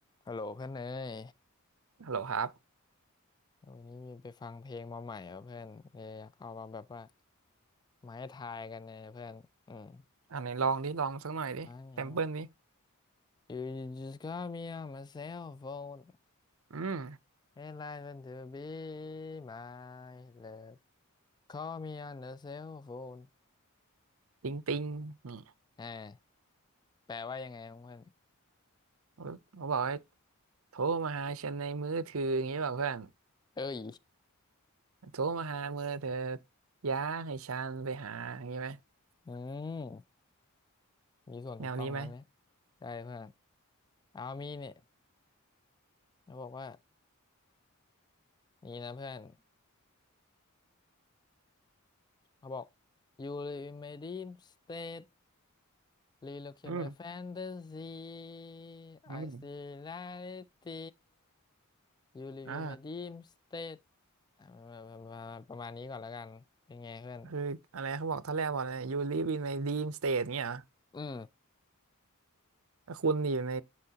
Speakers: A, on the left; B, on the right.
A: ฮัลโหลเพื่อนเอ้ย
B: ฮัลโหลครับ
A: วันนี้มีไปฟังเพลงมาใหม่เหรอเพื่อนเลยอยากเอามาแบบว่ามาให้ทายกันเนี่ยเพื่อนอืม
B: อันไหนลองดิลองสักหน่อยดิแซมเปิลดิ
A: ไม่เอา You you just call me on my cell phone
B: อืม
A: and I want to be my love Call me on the cell phone
B: ติงติงนี่
A: อ่าแปลว่ายังไงครับเพื่อน
B: เขาเขาบอกให้โทรมาหาฉันในมือถืออย่างนี้แบบเพื่อน
A: เอ้ย
B: โทรมาหามือเธอย้าให้ฉันไปหาอย่างนี้ไหม
A: อืมมีส่วนถูกต้องแล้วเนี่ย
B: แนวนี้ไหม
A: ได้เพื่อนเอามีเนี่ยเขาบอกว่านี่นะเพื่อนเขาบอก You live in my dream state Relook at
B: อืม
A: my fantasy.
B: อืม
A: I see reality. You live
B: อ่า
A: in my dream state อ่ะประมาณนี้ก่อนแล้วกันเป็นไงเพื่อน
B: คืออะไรเขาบอกท่าแรกว่าอะไร you live in my dream state เงี้ยเหรอ
A: อืม
B: ก็คุณอยู่ใน